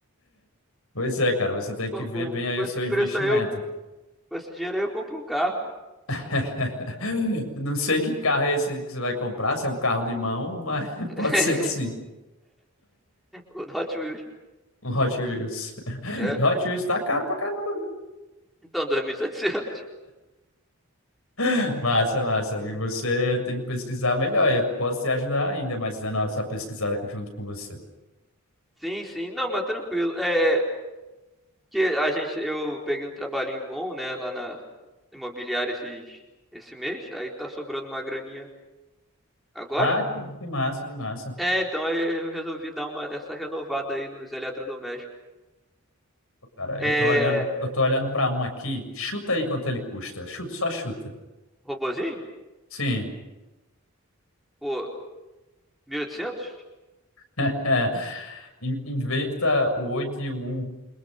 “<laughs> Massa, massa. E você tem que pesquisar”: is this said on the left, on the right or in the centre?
Left